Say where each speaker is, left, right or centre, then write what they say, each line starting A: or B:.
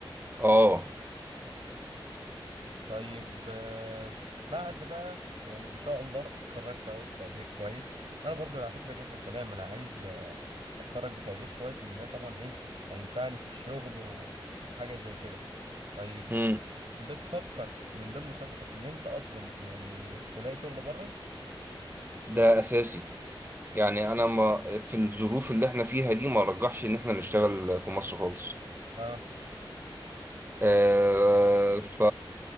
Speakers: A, on the right; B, on the right.
A: اه
B: طيب آه، بعد بقى يعني ان شاء الله اتخرجت اهو بتقدير كويس انا برضو على فكره نفس الكلام انا عايز آه، اتخرج بتقدير كويس ان ده طبعا ايه هينفعني في الشغل و... وحاجه زي كده طيب
A: امم
B: بتفكر من ضمن خططك ان انت اصلا يعني تلاقي شغل بره
A: ده اساسي يعني انا ما في الظروف اللي احنا فيها دي ما رجحش ان احنا نشتغل في مصر خالص
B: اه
A: آه، ف